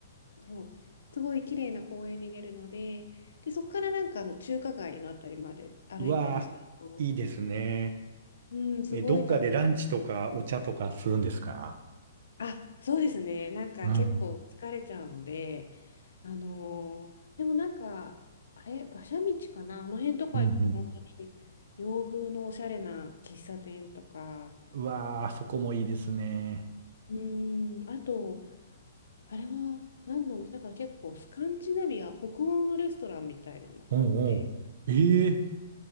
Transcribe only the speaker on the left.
あのすごい綺麗な公園に出るので、で、そこからなんかあの中華街のあたりまで歩いたりすると、
うん、すごい楽
あ、そうですね。なんか結構疲れちゃうので、
あのーでもなんか、あれ、馬車道かなあの辺とか行くと本当に洋風のおしゃれな喫茶店とか、
うーん、あと、あれは何の、なんか結構スカンジナビア、北欧のレストランみたいなのがあって、